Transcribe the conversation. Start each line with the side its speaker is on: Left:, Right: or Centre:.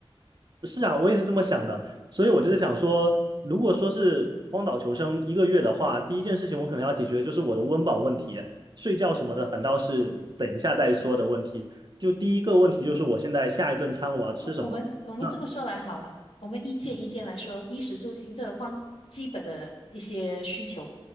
Right: 是啊，我也是这么想的，所以我就是想说，如果说是荒岛求生一个月的话，第一件事情我可能要解决就是我的温饱问题，睡觉什么的反倒是等一下再说的问题。就第一个问题就是我现在下一顿餐我要吃什么？
Left: 不，我们我们这么说来好了，
Right: 那
Left: 我们一件一件来说，衣食住行这个方基本的一些需求。